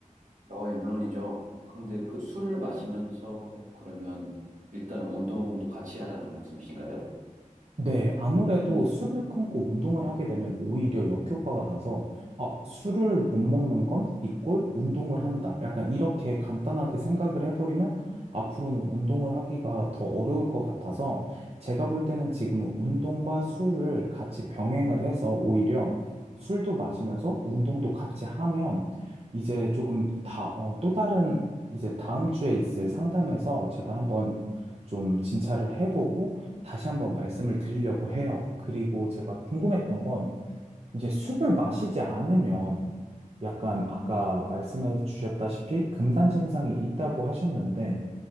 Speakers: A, on the right (about 70°); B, on the right (about 50°).
A: 어, 예, 물론이죠. 그런데 그 술을 마시면서 그러면 일단은 운동도 같이 하라는 말씀이신가요?
B: 네, 아무래도 술을 끊고 운동을 하게 되면 오히려 역효과가 나서, 아, 술을 못 먹는 건 이꼴 운동을 한다. 약간 이렇게 간단하게 생각을 해버리면 앞으로는 운동을 하기가 더 어려울 것 같아서 제가 볼 때는 지금은 운동과 술을 같이 병행을 해서 오히려 술도 마시면서 운동도 같이 하면 이제 조금 다, 어, 또 다른 이제 다음 주에 있을 상담에서 제가 한번 좀 진찰을 해보고 다시 한번 말씀을 드리려고 해요. 그리고 제가 궁금했던 건 이제 술을 마시지 않으면 약간 아까 말씀해 주셨다시피 금단 증상이 있다고 하셨는데